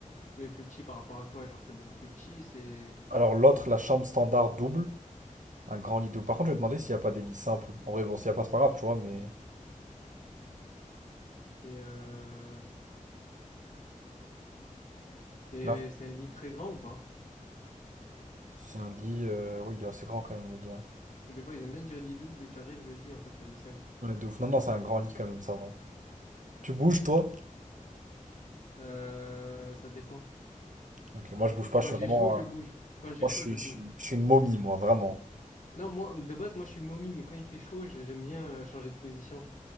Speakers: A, on the left (about 60°); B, on the right (about 65°).
A: Mais plus petit par rapport à quoi? Genre, c'est beaucoup plus petit, c'est
B: Alors l'autre, la chambre standard double, un grand lit double. Par contre, je vais demander s'il n'y a pas des lits simples. En vrai, bon, s'il n'y a pas, c'est pas grave, tu vois, mais
A: c'est euh, c'est
B: là,
A: c'est un lit très grand ou pas?
B: c'est un lit, euh, oui, il est assez grand quand même, le lit. hein.
A: Parce que des fois, ils aiment bien dire lit double et tu arrives, le lit, en fait, c'est un lit simple.
B: Ouais, de ouf. Non, non, c'est un grand lit quand même, ça va. Tu bouges, toi?
A: Euh, ça dépend.
B: Ok, moi je bouge pas,
A: Quand
B: je suis
A: j'ai
B: vraiment.
A: chaud, je
B: euh,
A: bouge. Quand j'ai
B: Moi
A: chaud,
B: je suis,
A: je bouge.
B: je suis, je suis une momie, moi, vraiment.
A: Non, moi, de base, moi, je suis une momie, mais quand il fait chaud, je- j'aime bien euh, changer de position.